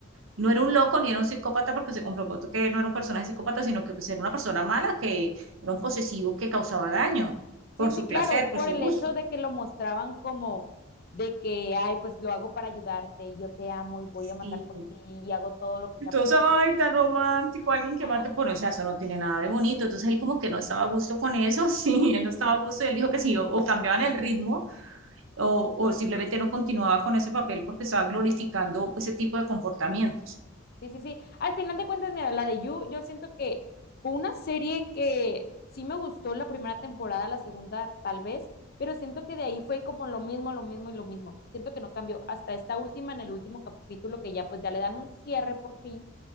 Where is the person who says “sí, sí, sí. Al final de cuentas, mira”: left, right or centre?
Left